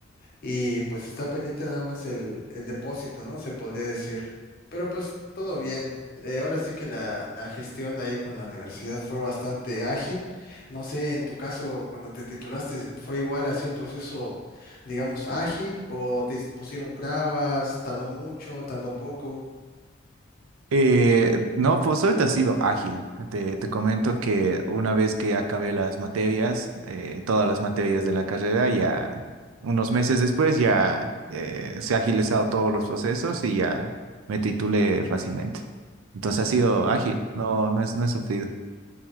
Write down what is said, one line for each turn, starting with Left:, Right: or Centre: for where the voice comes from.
Left: y pues está pendiente nada más el, el depósito, ¿no? Se podría decir. Pero pues todo bien. Eh, ahora sí que la, la gestión ahí con la universidad fue bastante ágil. No sé, en tu caso, cuando te titulaste, ¿fue igual así un proceso, digamos, ágil o te pusieron trabas, tardó mucho, tardó poco?
Right: Eh, no, pues ahorita ha sido ágil. Te, te comento que una vez que acabé las materias, eh, todas las materias de la carrera, ya unos meses después ya eh, se ha agilizado todos los procesos y ya me titulé fácilmente. Entonces ha sido ágil, no, no es, no he sufrido.